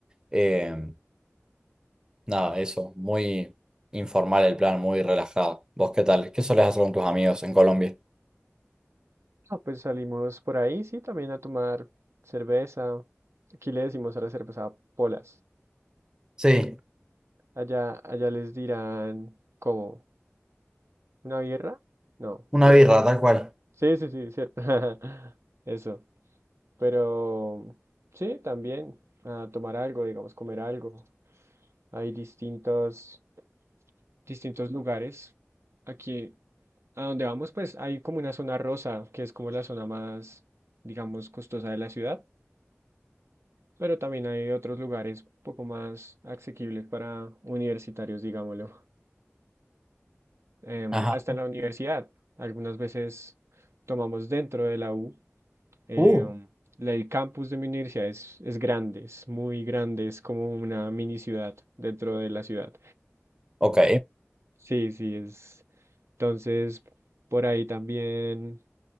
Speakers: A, on the right; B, on the right.
A: Eh, nada, eso, muy informal el plan, muy relajado. ¿Vos qué tal? ¿Qué solés hacer con tus amigos en Colombia?
B: No, pues salimos por ahí, sí, también a tomar cerveza. Aquí le decimos a la cerveza polas.
A: Sí,
B: Allá, allá les dirán, ¿cómo? ¿Una birra? No.
A: una birra, tal cual.
B: Sí, sí, sí, cierto. <laughs> Eso. Pero sí, también a tomar algo, digamos, comer algo. Hay distintos, distintos lugares. Aquí, a donde vamos, pues hay como una zona rosa, que es como la zona más, digamos, costosa de la ciudad. pero también hay otros lugares un poco más asequibles para universitarios, digámoslo. <laughs> Em,
A: Ajá.
B: hasta en la universidad, algunas veces tomamos dentro de la U. em,
A: Uh,
B: la- el campus de mi universidad es, es grande, es muy grande, es como una mini ciudad dentro de la ciudad.
A: Ok.
B: Sí, sí, es. Entonces, por ahí también,